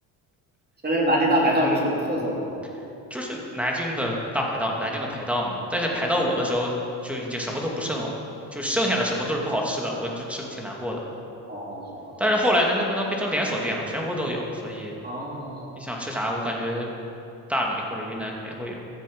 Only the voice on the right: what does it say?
那那个拿铁大排档有什么特色吗？
哦
哦
哦，好吧好吧。
哦，